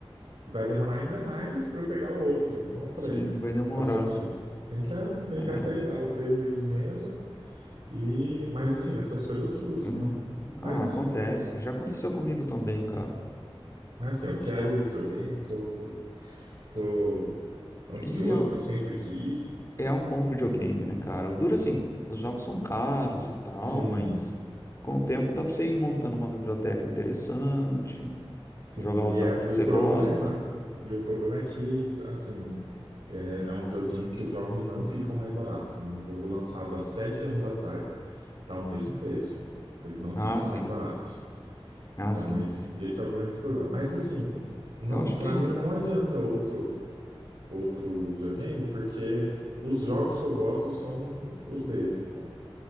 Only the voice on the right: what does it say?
vai demorar ainda mais pra eu pegar o outro. Então eu falei,
fazer o quê? Tem que, a- tem
que aceitar o prejuízo mesmo. E, mas assim, essas coisas frustram,
né? Mas
assim,
mas assim, eu quero o videogame, tô, tô ansioso
porque eu sempre quis.
Sim.
Sim,
e
é, o
problema,
e o problema é que, assim, é, é um videogame que os jogos não ficam mais baratos, né? Um jogo lançado há sete anos atrás tá o mesmo preço. Eles não ficam
mais baratos.
Então
esse, esse é o grande problema. Mas assim, não,
para
mim não adianta outro outro videogame, porque os jogos que eu gosto são os desse, então.